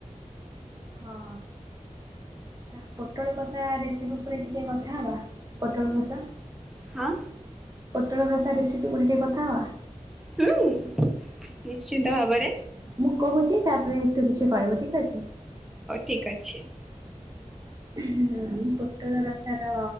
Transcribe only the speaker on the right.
ହଁ। ଆଚ୍ଛା ପୋଟଳ କଷା ରେସିପି ଉପରେ ଟିକେ କଥା ହବା ପୋଟଳ କଷା
ପୋଟଳ ରସା ରେସିପି ଉପରେ ଟିକେ କଥା ହବା।
ମୁଁ କହୁଛି ତାପରେ ତୁ କିଛି କହିବୁ ଠିକ୍ ଅଛି।
ହୁଁ ପୋଟଳ ରସା ର